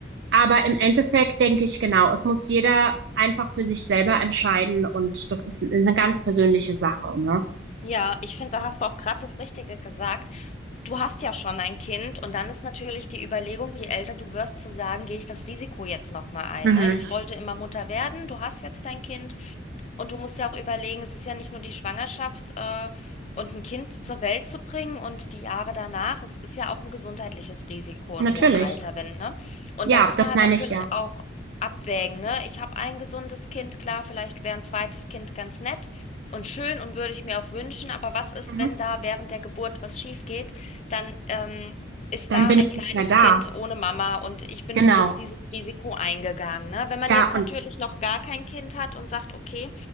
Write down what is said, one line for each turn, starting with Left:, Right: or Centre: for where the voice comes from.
Right: Aber im Endeffekt denke ich genau, es muss jeder einfach für sich selber entscheiden und das ist eine ganz persönliche Sache, ne?
Left: Ja, ich finde, da hast du auch gerade das Richtige gesagt. Du hast ja schon ein Kind und dann ist natürlich die Überlegung, je älter du wirst, zu sagen, gehe ich das Risiko jetzt nochmal ein,
Right: Mhm.
Left: ne? Ich wollte immer Mutter werden, du hast jetzt dein Kind und du musst ja auch überlegen, es ist ja nicht nur die Schwangerschaft, äh, und ein Kind zur Welt zu bringen und die Jahre danach, es ist ja auch ein gesundheitliches Risiko
Right: Natürlich.
Left: in hohem Alter, wenn, ne? Und
Right: Ja,
Left: da muss
Right: das
Left: man halt
Right: meine
Left: natürlich
Right: ich ja.
Left: auch abwägen, ne? Ich habe ein gesundes Kind, klar, vielleicht wäre ein zweites Kind ganz nett und schön und würde ich mir auch wünschen. Aber was ist,
Right: Mhm.
Left: wenn da während der Geburt was schief geht? Dann ähm, ist
Right: Dann
Left: da
Right: bin
Left: ein
Right: ich
Left: kleines
Right: nicht mehr da.
Left: Kind ohne Mama und ich bin
Right: Genau.
Left: bewusst dieses Risiko eingegangen. Ne? Wenn man
Right: Ja,
Left: jetzt natürlich
Right: und
Left: noch gar kein Kind hat und sagt, okay,